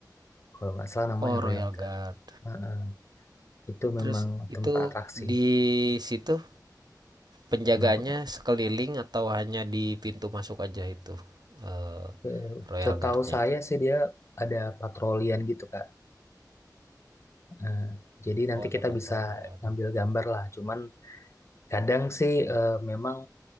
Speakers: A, on the left; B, on the right.
A: Kalau nggak salah namanya
B: Oh, Royal
A: Royal
B: Guard.
A: Guard. Heeh. itu memang
B: Terus
A: tempat
B: itu
A: atraksi.
B: di situ penjaganya
A: Kenapa, Kak?
B: sekeliling atau hanya di pintu masuk aja itu eh,
A: Eh,
B: Royal
A: Setahu
B: Guardnya.
A: saya sih dia ada patrolian gitu, Kak. Eh, jadi nanti
B: Oh, ada
A: kita
B: patrolian.
A: bisa ngambil gambar lah. Cuman kadang sih eh, memang